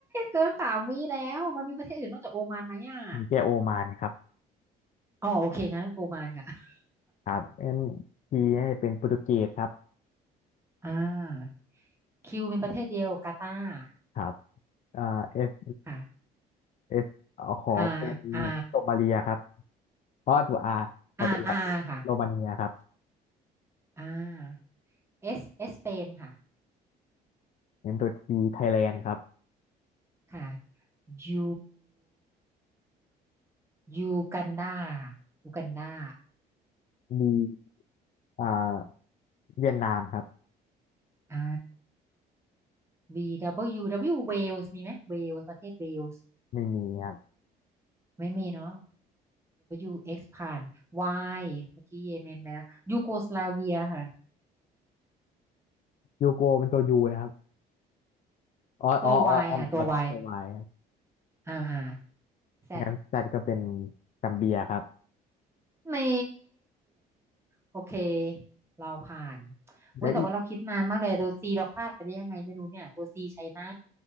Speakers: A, on the right (about 15°); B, on the left (about 45°).
A: เกินสามวิแล้วมันมีประเทศอื่นนอกจากโอมานไหมอ่ะ
B: มีแค่โอมานครับ
A: อ๋อโอเคงั้นโอมานค่ะ
B: ครับ M ีให้เป็นโปรตุเกสครับ
A: อ่าคิวเป็นประเทศเดียวกาตาร์
B: ครับอ่า S
A: ค่ะ
B: S เอขอเป็น
A: อาอา
B: โรมาเลียครับเพราะตัว R ขอเป็น
A: อาอค่ะ
B: โรมาเนียครับ
A: อ่าเอสเอสเปนค่ะ
B: เน้นตัว T ไทยแลนด์ครับ
A: ค่ะยูยูกันดาค่ะยูกันดา
B: D อ่าเวียดนามครับ
A: อ่า V W W เวลส์มีไหมเวลส์ประเทศเวลส์
B: ไม่มีครับ
A: ไม่มีเนาะ W X ผ่าน Y เมื่อกี้เยเมนไปแล้วยูโกสลาเวียค่ะ
B: ยูโกเป็นตัว U นะครับอ๋ออ๋ออ๋ออ๋ออ๋ออ๋อตัว
A: ตัว Y ค่ะตัว Y
B: Y ครับ
A: อ่าอ่า Z
B: งั้นจัดก็เป็นซัมเบียครับ
A: นี่ โอเค เราผ่านเว้ย
B: และอีก
A: แต่ว่าเราคิดนานมากเลย ตัวซีเราพลาดไปได้ยังไงไม่รู้เนี่ย ตัวซีไชน่า